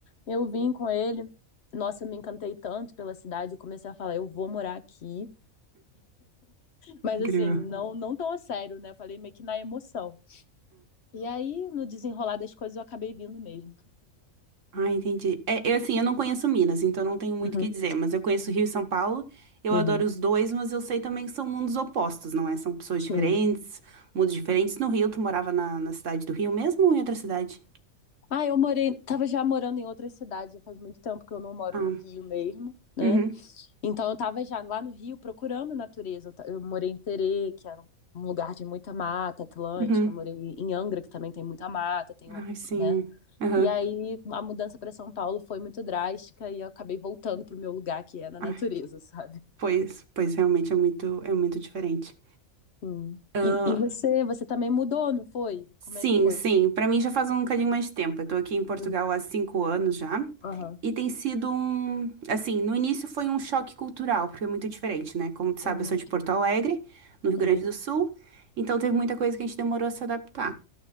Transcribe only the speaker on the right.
Incrível.
Ah, entendi. É, eu, assim, eu não conheço Minas, então não tenho muito
o que dizer, mas eu conheço Rio e São Paulo, eu
adoro os dois, mas eu sei também que são mundos opostos, não é? São pessoas
diferentes, mundos diferentes. No Rio, tu morava na, na cidade do Rio mesmo ou em outra cidade?
Ah,
uhum,
uhum.
Ai, sim.
Aham.
Ah,
pois, pois realmente é muito, é muito diferente.
Ah,
Sim,
sim. Pra mim já faz um bocadinho mais de tempo. Eu tô aqui em Portugal
há cinco anos já.
E tem sido um. Assim, no início foi um choque cultural, porque é muito diferente, né? Como tu sabe,
eu sou de Porto Alegre, no Rio
Grande do Sul. Então teve muita coisa que a gente demorou a se adaptar.